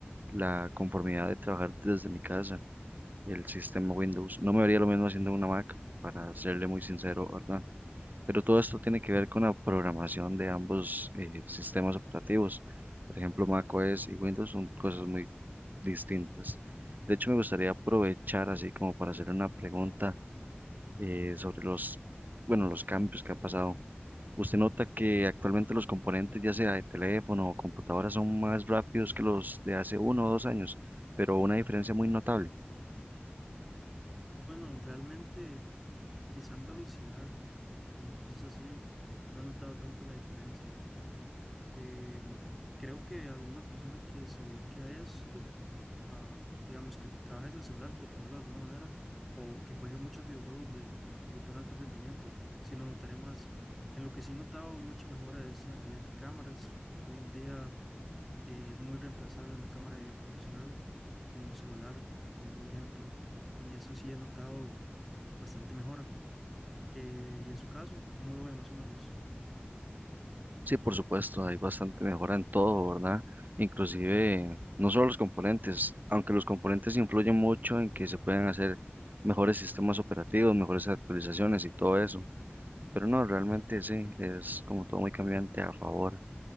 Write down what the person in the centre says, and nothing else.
Bueno, realmente quizá en velocidad y cosas así, no he notado tanto la diferencia. Em, creo que alguna persona que se dedique a esto a, digamos, que trabaje desde el celular, por ponerlo de alguna manera, o que juegue muchos videojuegos de que ocupen alto rendimiento, sí lo notaré más. En lo que sí he notado mucha mejora es en la calidad de cámaras. Hoy en día eh, es muy reemplazable una cámara de video profesional con un celular, poner un ejemplo. En eso sí he notado bastante mejora. Eh, y en su caso, ¿cómo lo ve más o menos?